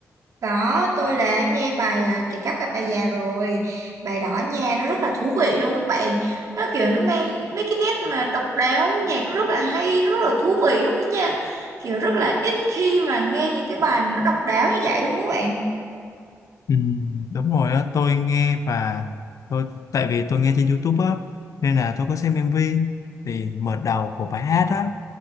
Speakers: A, on the right; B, on the left.
A: Đó, tôi đã nghe bài à, Kẻ cắp gặp bà già rồi. Bài đó nha, nó rất là thú vị luôn các bạn. Nó kiểu nó mang mấy cái nét mà độc đáo, nhạc nó rất là hay, nó rất là thú vị luôn đó nha. Kiểu rất là ít khi mà nghe những cái bài mà nó độc đáo như vậy luôn các bạn.
B: Ừm, đúng rồi đó, tôi nghe và tôi tại vì tôi nghe trên YouTube á nên là tôi có xem MV thì mở đầu của bài hát á